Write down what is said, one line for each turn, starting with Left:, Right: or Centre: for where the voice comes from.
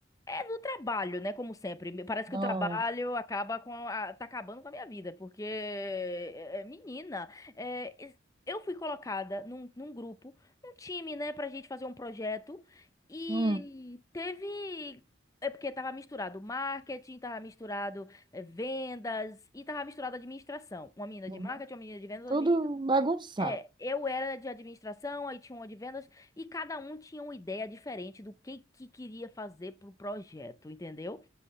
Left: É do trabalho, né? Como sempre. Me- Parece
Right: Nossa.
Left: que o trabalho acaba com a, tá acabando com a minha vida, porque é, é, menina, é, es- eu fui colocada num, num grupo, num time, né, pra gente fazer um projeto e
Right: Hum.
Left: teve É porque tava misturado marketing, tava misturado eh, vendas e tava misturado administração. Uma menina
Right: Uhum.
Left: de marketing, uma menina de vendas,
Right: Tudo
Left: uma menina de
Right: bagunçado.
Left: é, eu era de administração, aí tinha uma de vendas, e cada um tinha uma ideia diferente do que que queria fazer pro projeto, entendeu?